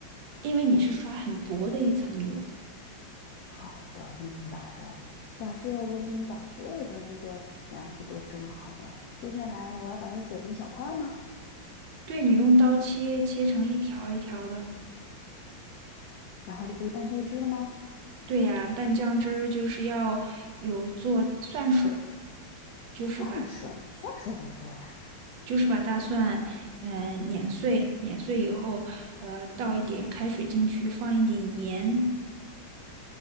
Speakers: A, on the right; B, on the left.
A: 因为你是刷很薄的一层油。
B: 好的，明白了。假设我已经把所有的这个凉皮都蒸好了，接下来我要把它剪成小块儿吗？
A: 对，你用刀切，切成一条一条的。
B: 然后就可以拌酱汁了吗？
A: 对呀，拌酱汁儿就是要有做蒜水儿，就是把
B: 蒜水儿，蒜水儿怎么做呀？
A: 就是把大蒜，嗯、碾碎，碾碎以后，呃，倒一点开水进去，放一点盐，